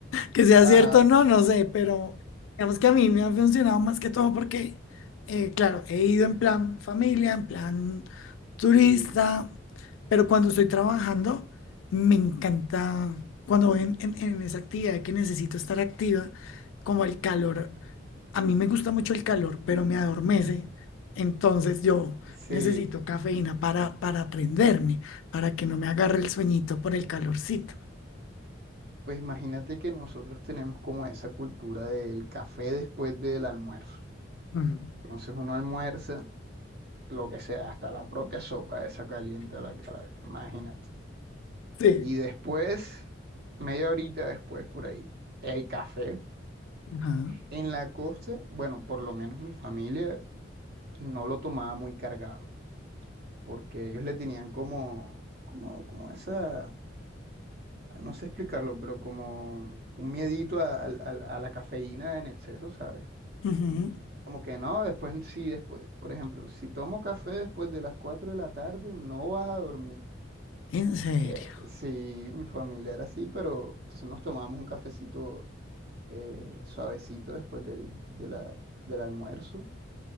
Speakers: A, on the left; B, on the right.
A: Que sea
B: Ajá,
A: cierto o no, no sé, pero digamos que a mí me ha funcionado más que todo porque, eh, claro, he ido en plan familia, en plan turista,
B: sí.
A: pero cuando estoy trabajando, me encanta, cuando voy en, en- en esa actividad que necesito estar activa, como el calor, a mí me gusta mucho el calor, pero me adormece, entonces yo
B: Sí,
A: necesito cafeína para, para prenderme, para que no me agarre el sueñito por el calorcito.
B: pues imagínate que nosotros tenemos como esa cultura del café después del almuerzo.
A: Mm,
B: Entonces uno almuerza lo que sea, hasta la propia sopa esa caliente a la cara, imagínate.
A: Sí.
B: Y después, media horita después por ahí, el café.
A: ajá.
B: En la costa, bueno, por lo menos mi familia no lo tomaba muy cargado, porque ellos le tenían como, como, como esa... No sé explicarlo, pero como un miedito a, a- a- a la cafeína en exceso, ¿sabes?
A: Ujú,
B: Como que no, después, si después, por ejemplo, si tomo café después de las 4 de la tarde, no vas a dormir.
A: En serio.
B: Y que sí, mi familia era así, pero entonces nos tomábamos un cafecito eh, suavecito después del, de la- del almuerzo.